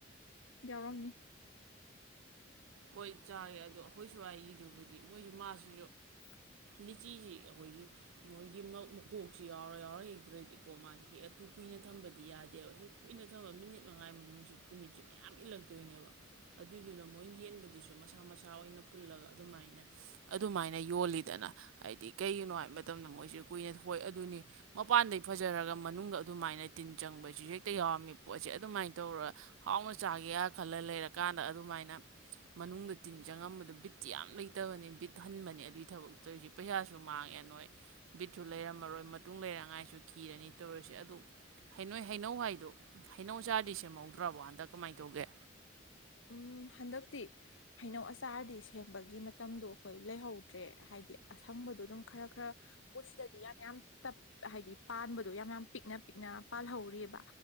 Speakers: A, on the left; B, on the right.
A: ꯌꯥꯎꯔꯝꯅꯤ
B: ꯍꯣꯏ ꯆꯥꯒꯦ ꯑꯗꯣ ꯑꯩꯈꯣꯏ ꯁꯋ꯭ꯥꯏꯒꯤꯗꯨꯕꯨꯗꯤ ꯃꯣꯏꯖꯨ ꯃꯥꯁꯨ
A: <unintelligible>
B: ꯂꯤꯆꯤꯖꯤ ꯑꯩꯈꯣꯏꯒꯤ ꯃꯣꯏꯒꯤ ꯃꯧ ꯃꯀꯣꯛꯁꯤ ꯌꯥꯎꯔ ꯌꯥꯎꯔ ꯍꯦꯛꯇ꯭ꯔꯥꯗꯤꯀꯣ ꯃꯥꯗꯤ ꯍꯦꯛ ꯑꯗꯨꯨ ꯀꯨꯏꯅ ꯊꯝꯕꯗꯤ ꯌꯥꯗꯦꯕ ꯍꯦꯛ ꯀꯨꯏꯅ ꯊꯕ ꯃꯤꯅꯤꯠ ꯃꯉꯥꯏ ꯃꯅꯨꯡꯁꯤ ꯇꯨꯃꯤꯠꯁꯤ ꯃꯌꯥꯝ ꯏꯜꯂꯛꯇꯣꯏꯅꯦꯕ ꯑꯗꯨꯏꯗꯨꯅ ꯃꯣꯏ ꯌꯦꯟ ꯑꯗꯨꯗꯨꯁꯨ ꯃꯁꯥ ꯃꯁꯥ ꯑꯣꯏꯅ ꯄꯨꯜꯂꯒ ꯑꯗꯨꯃꯥꯏꯅ ꯑꯗꯨꯃꯥꯏꯅ ꯌꯣꯜꯂꯤꯗꯅ ꯍꯥꯏꯗꯤ ꯀꯩꯒꯤꯅꯣ ꯍꯥꯏꯕ ꯃꯇꯝꯗ ꯃꯣꯏꯁꯨ ꯀꯨꯏꯅ ꯍꯣꯏ ꯑꯗꯨꯅꯤ ꯃꯄꯥꯟꯗꯩ ꯐꯖꯔꯒ ꯃꯅꯨꯡꯗ ꯑꯗꯨꯃꯥꯏꯅ ꯇꯤꯟ ꯆꯪꯕꯁꯤ ꯍꯦꯛꯇ ꯌꯥꯎꯔꯝꯃꯤ ꯄꯣꯠꯁꯦ ꯑꯗꯨꯃꯥꯏ ꯇꯧꯔ ꯍꯥꯎꯅ ꯆꯥꯒꯦꯌꯥ ꯈꯜꯂ ꯂꯩꯔꯀꯥꯟꯗ ꯑꯗꯨꯃꯥꯏꯅ ꯃꯅꯨꯡꯗ ꯇꯤꯟ ꯆꯪꯉꯝꯕꯗꯨ ꯕꯤꯠꯇꯤ ꯌꯥꯝ ꯂꯩꯇꯕꯅꯤ ꯕꯤꯠ ꯍꯟꯕꯅꯦ ꯑꯗꯨꯏ ꯊꯕꯛꯇꯣꯏꯁꯤ ꯄꯩꯁꯥꯁꯨ ꯃꯥꯡꯉꯦ ꯅꯣꯏ ꯕꯤꯠꯁꯨꯨ ꯂꯩꯔꯝꯃꯔꯣꯏ ꯃꯇꯨꯡ ꯂꯩꯔꯉꯥꯏꯁꯨ ꯀꯤꯔꯅꯤ ꯇꯧꯔꯁꯦ ꯑꯗꯨ ꯍꯩꯅꯧ ꯅꯣꯏ ꯍꯩꯅꯧ ꯍꯥꯏꯗꯣ ꯍꯩꯅꯧ ꯆꯥꯔꯗꯤ ꯁꯦꯝꯍꯧꯗ꯭ꯔꯕꯣ ꯍꯟꯗꯛ ꯀꯃꯥꯏ ꯇꯧꯒꯦ
A: ꯎꯝ ꯍꯟꯗꯛꯇꯤ ꯍꯩꯅꯧ ꯑꯆꯥꯔꯗꯤ ꯁꯦꯝꯕꯒꯤ ꯃꯇꯝꯗꯣ ꯑꯩꯈꯣꯏ ꯂꯩꯍꯧꯗ꯭ꯔꯦ ꯍꯥꯏꯗꯤ ꯑꯁꯪꯕꯗꯣ ꯑꯗꯨꯝ ꯈꯔ ꯈꯔ ꯈꯣꯏ ꯁꯤꯗꯗꯤ ꯌꯥꯝ ꯌꯥꯝ ꯇꯞ ꯍꯥꯏꯗꯤ ꯄꯥꯟꯕꯗꯣ ꯌꯥꯝ ꯌꯥꯝ ꯄꯤꯛꯅ ꯄꯤꯛꯅ ꯄꯥꯜꯍꯧꯔꯤꯕ